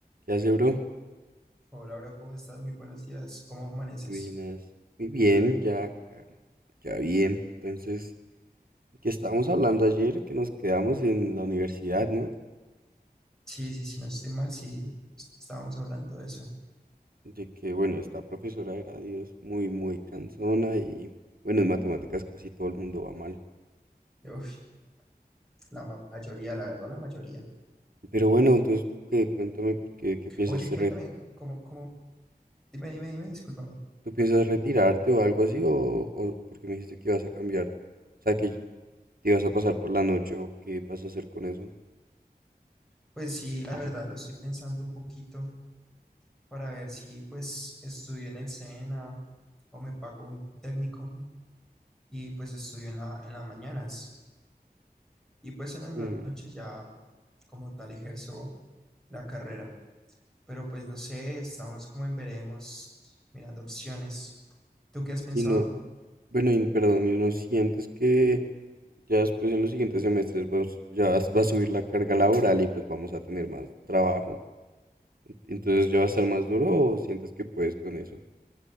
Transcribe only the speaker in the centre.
Hola, bro, ¿cómo estás? Muy buenos días. ¿Cómo amaneces?
Sí, sí, sí, no estoy mal, sí, estábamos hablando de eso.
Uf, la ma- mayoría, la verdad, la mayoría.
Oye,
cuéntame, ¿cómo, cómo? Dime, dime, dime, discúlpame.
Pues sí, la verdad, lo estoy pensando un poquito para ver si, pues, estudio en el SENA o me pago un técnico y, pues, estudio en la, en las mañanas. Y, pues, en las
noches ya, como tal, ejerzo la carrera. Pero pues no sé, estamos como en veremos, mirando opciones. ¿Tú qué has pensado?